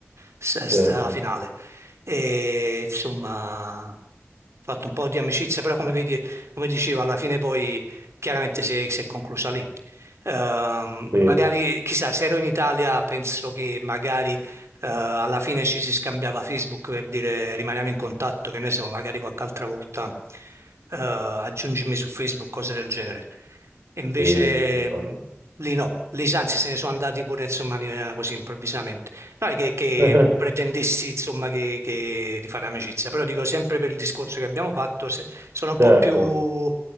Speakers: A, on the right; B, on the right.
A: sta, sta
B: Certo,
A: finale. E insomma, ho fatto un po' di amicizia, però come vedi, come dicevo, alla fine poi chiaramente si è, si è conclusa lì. Ehm,
B: sì,
A: magari, chissà, se ero in Italia penso che magari eh, alla fine ci si scambiava Facebook per dire rimaniamo in contatto, che ne so, magari qualche altra volta eh, aggiungimi su Facebook, cose del genere. E invece
B: sì, infatti.
A: mh, lì no, lì anzi se ne sono andati pure insomma in maniera così improvvisamente. Non è che, che
B: <laughs>
A: pretendessi insomma che, che- di fare amicizia, però dico sempre per il discorso che abbiamo fatto, se- sono un
B: Certo,
A: po' più